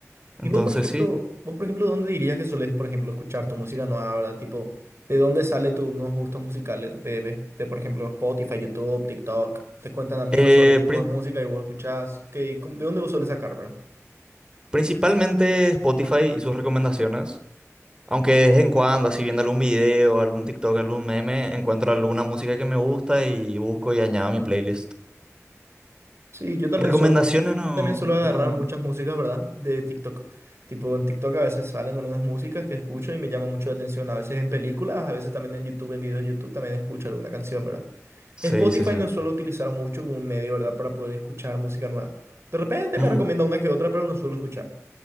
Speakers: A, on the right; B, on the right.
A: Entonces
B: ¿Y vos, por ejemplo,
A: sí.
B: vos, por ejemplo, dónde dirías que sueles por ejemplo, escuchar tu música nueva, ¿verdad? Tipo, ¿de dónde sale tus nuevos gustos musicales? De, de, de, por ejemplo, Spotify, YouTube, TikTok. Te cuentan amigos
A: Eh,
B: sobre tipos
A: pri-
B: de música y vos escuchás. ¿Qué, cómo- de dónde vos sueles sacar, verdad?
A: principalmente Spotify y sus recomendaciones. Aunque de vez en cuando, así viendo algún video, algún TikTok, algún meme, encuentro alguna música que me gusta y busco y añado a mi playlist.
B: Sí, yo también
A: Recomendaciones
B: suelo.
A: no,
B: También suelo agarrar
A: no.
B: muchas músicas, ¿verdad? De TikTok. Tipo, en TikTok a veces salen algunas músicas que escucho y me llama mucho la atención. A veces en películas, a veces también en YouTube, en videos de YouTube también escucho alguna canción, ¿verdad?
A: Sí,
B: Spotify
A: sí, sí.
B: no suelo utilizar mucho como un medio, ¿verdad? Para poder escuchar música nueva. De repente me
A: Mm,
B: recomienda una que otra, pero no suelo escuchar.